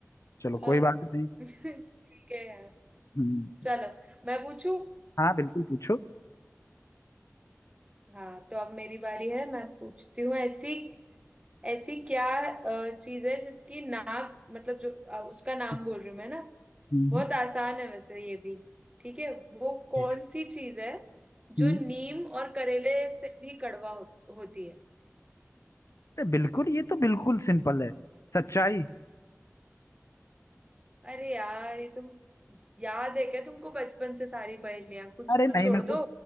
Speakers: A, on the left; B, on the right.
A: चलो
B: अ,
A: कोई बात नहीं
B: <laughs> ठीक है यार
A: हम्म
B: चलो मैं पूछू
A: हाँ बिल्कुल पूछो
B: हाँ तो अब मेरी बारी है मैं पूछती हूँ ऐसी ऐसी क्या अ, चीज है जिसकी नाप मतलब जो अ, उसका नाम
A: हम्म
B: बोल रही हूँ मैं ना
A: हम्म।
B: बहुत आसान है वैसे ये भी ठीक है वो कौन
A: ठीक है
B: सी चीज है
A: हम्म,
B: जो नीम और करेले से भी कड़वा हो, होती है
A: बिल्कुल ये तो बिल्कुल सिंपल है सच्चाई
B: अरे यार ये तुम याद है क्या तुमको बचपन से सारी पहेलियां कुछ
A: अरे नहीं
B: तो छोड़
A: मैं कुछ
B: दो